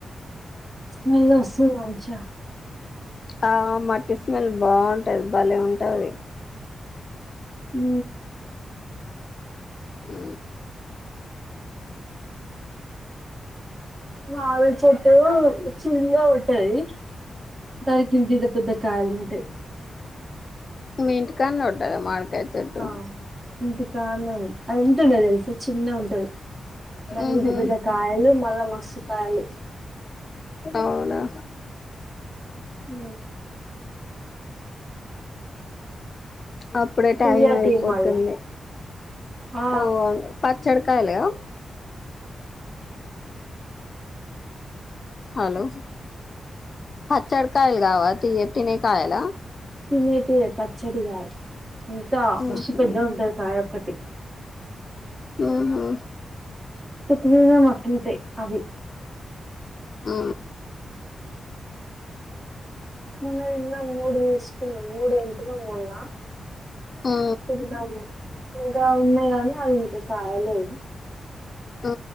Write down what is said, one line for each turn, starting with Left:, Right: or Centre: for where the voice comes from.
Right: స్మెల్ వస్తది మంచిగా,
Left: ఆ మట్టి స్మెల్ బావు, ఉంటది బాలే ఉంటాది,
Right: ఊ
Left: ఆ
Right: మామిడి చెట్టు చిన్నగా ఉంటాది దానికి ఇంత ఇంత పెద్ద కాయలు ఉంటాయి,
Left: మీ ఇంటి కానే ఉంటదా, చెట్టు
Right: ఆ ఇంటి, కాదు కాని అది ఎంత ఉంటది తెలుస చిన్న గా ఉంటుది, దానికి
Left: ఉహు
Right: ఇంత పెద్ద కాయలు మల్ల మస్త, కాలి,
Left: అవునా,
Right: ఊ
Left: అప్పుడే
Right: తియ్యటివి
Left: టైం అయిపోతుంది
Right: మళ్ళా ఆ
Left: అవు అవును పత్తి, పచ్చడి కాయలే కదా, హలో హ చడకాయల్ గవా తినే తినే కాయలా
Right: తినీకి పచ్చడిగా ఇంకా
Left: ఉహు
Right: మస్తు పెద్దఅవుతాయి కాయలు ఒకటి
Left: ఆహా
Right: ప్రతిదిన మక్క ఉంట అవి
Left: ఆ
Right: మొన్న తిన్న మూడు ఇష్ట స మూడు అంట మొన్న
Left: ఆ
Right: సది మా ఉ ఇ ఉన్నాయి గానీ అది ఇంక కాయలేవు.
Left: ఉ